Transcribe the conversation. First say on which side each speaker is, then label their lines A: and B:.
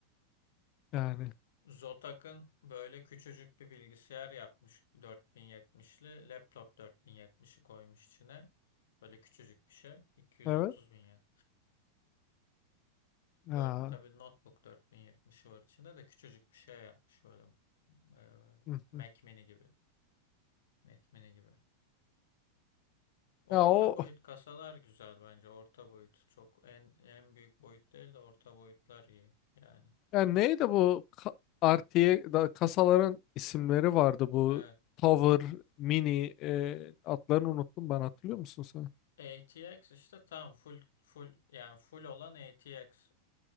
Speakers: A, on the left; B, on the left.
A: Yani
B: Zotac'ın böyle küçücük bir bilgisayar yapmış 4070'li. Laptop 4070'i koymuş içine. Böyle küçücük bir şey. 230
A: evet.
B: bin yen.
A: Ya,
B: 4 tabii notebook 4070'i var içinde de küçücük bir şey yapmış böyle. e,
A: hı
B: Mac
A: hı.
B: mini gibi. Mac mini gibi.
A: Ya
B: Orta
A: o
B: boyut kasalar güzel bence. Orta boyut çok en en büyük boyut değil de orta boyutlar iyi yani.
A: yani neydi bu Ka- artıya da kasaların isimleri vardı bu
B: Evet.
A: Tower, Mini e, adlarını unuttum ben hatırlıyor musun sen?
B: ATX işte tam full full yani full olan ATX.